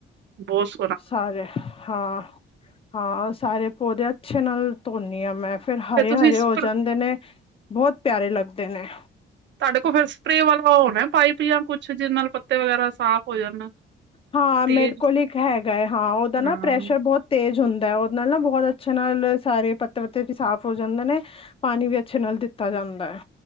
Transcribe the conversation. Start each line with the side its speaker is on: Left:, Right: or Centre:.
Right: ਬੋਸ
Left: ਸਾਰੇ ਹਾਂ, ਹਾਂ ਸਾਰੇ ਪੌਦੇ ਅੱਛੇ ਨਾਲ ਧੋਂਨੀ ਆ ਮੈਂ। ਫਿਰ ਹਰੇ-ਹਰੇ
Right: ਫੇਰ ਤੁਸੀਂ
Left: ਹੋ
Right: ਸਪਰ
Left: ਜਾਂਦੇ ਨੇ, ਬੋਤ ਪਿਆਰੇ ਲੱਗਦੇ ਨੇ।
Right: ਤੁਹਾਡੇ ਕੋਲ ਫਿਰ ਸਪਰੇ ਵਾਲਾ ਉਹ ਹੋਣਾ ਪਾਈਪ ਜਾਂ ਕੁਛ, ਜਿਹਦੇ ਨਾਲ ਪੱਤੇ ਵਗੈਰਾ ਸਾਫ਼ ਹੋ ਜਾਣ।
Left: ਹਾਂ, ਮੇਰੇ
Right: ਤੇਜ਼
Left: ਕੋਲ ਇੱਕ ਹੈਗਾ। ਹਾਂ, ਉਹਦਾ
Right: ਹਾਂ
Left: ਨਾ ਪ੍ਰੈਸ਼ਰ ਬਹੁਤ ਤੇਜ਼ ਹੁੰਦਾ ਹੈ। ਉਹਦੇ ਨਾਲ ਨਾ ਬਹੁਤ ਅੱਛੇ ਨਾਲ ਸਾਰੇ ਪੱਤੇ ਪੱਤੇ ਵੀ ਸਾਫ਼ ਹੋ ਜਾਂਦੇ ਨੇ। ਪਾਣੀ ਵੀ ਅੱਛੇ ਨਾਲ ਦਿੱਤਾ ਜਾਂਦਾ ਹੈ।